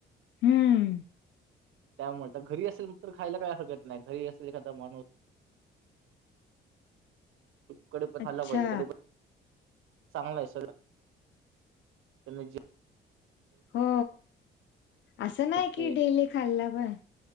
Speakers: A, on the left; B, on the right.
A: हम्म.
B: त्यामुळे तर घरी असेल तर खायला काय हरकत नाही घरी असेल एखादा माणूस. कढीपता
A: अच्छा
B: खाल्ला पाहिजे कडे चांगला आहे स <unintelligible>
A: हो असं नाही की
B: ते.
A: डेली खाल्ला पय